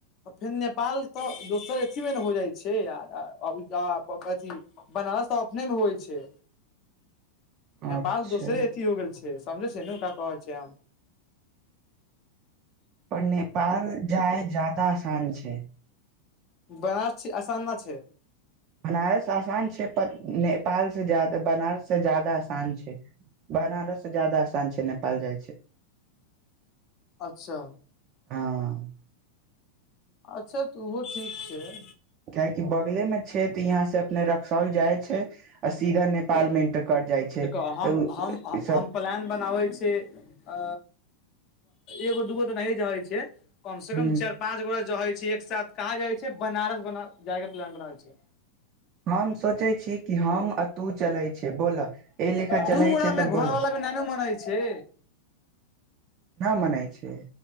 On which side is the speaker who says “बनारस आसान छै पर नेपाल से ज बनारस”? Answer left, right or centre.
Right